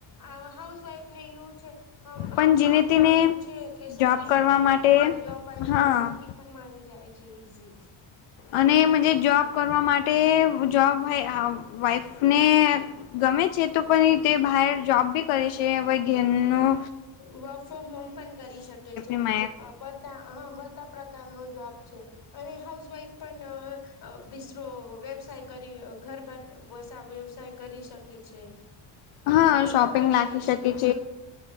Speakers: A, on the left; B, on the left.
A: આ હાઉસ વાઈફને એવું છે
B: પણ
A: હાઉસ
B: જેને
A: વાઈફ ને
B: તેને
A: એવું છે કે સુટી
B: જોબ
A: નથી
B: કરવા
A: મળતી
B: માટે
A: પણ જોબ વાઇફને
B: હા
A: સુટી પણ મળી જાય છે ઈઝી.
B: અને મજે જોબ કરવા માટે જોબ વાઈફને ગમે છે તો પણ તે બહાર જોબ ભી કરે છે હવે ઘેર નું
A: વર્ક ફ્રોમ હોમ પણ કરી શકે છે.
B: માયા
A: બધ બધા હા બધા પ્રકારનો જોબ છે. અને હાઉસવાઈફ પણ બીસરો વ્યવસાય કરી ઘર બે વસા વ્યવસાય કરી શકે છે
B: હા
A: બંના
B: શોપિંગ
A: વ્યવસાય
B: લાખી શકે
A: છે હ